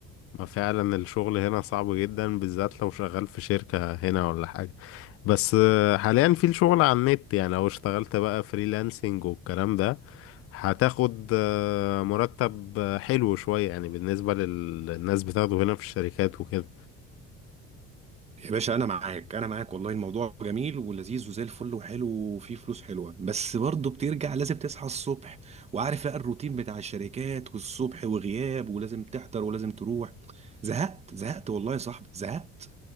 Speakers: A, on the left; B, on the right.
A: ما فعلا الشغل هنا صعب جدا بالذات لو شغال في شركة هنا ولا حاجة بس آه، حاليا في الشغل على النت يعني لو اشتغلت بقى فريلانسنج والكلام ده هتاخد آه، مرتب آه، حلو شوية يعني بالنسبة للناس بتاخده هنا في الشركات وكده
B: يا باشا انا معاك انا معاك والله الموضوع جميل ولذيذ وزي الفل وحلو وفيه فلوس حلوة بس برضه بترجع لازم تصحى الصبح وعارف بقى الروتين بتاع الشركات والصبح وغياب ولازم تحضر ولازم تروح زهقت زهقت والله يا صاحبي زهقت